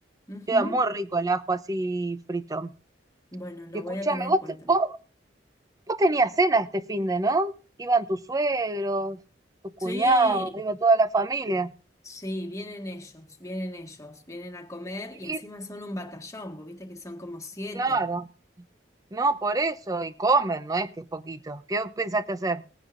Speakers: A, on the left (about 20°); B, on the right (about 20°).
A: Ujú.
B: Queda muy rico el ajo así frito.
A: Bueno, lo
B: Y escúchame,
A: voy a tener
B: vos,
A: en cuenta.
B: te- vos, vos tenías cena este finde, ¿no? Iban tus suegros, tus cuñados,
A: Sí,
B: iba toda la familia.
A: sí, vienen ellos, vienen ellos, vienen a comer
B: Y
A: y encima son un batallón, vos viste que son como siete.
B: claro, no por eso, y comen, no es que es poquito. ¿Qué pensaste hacer?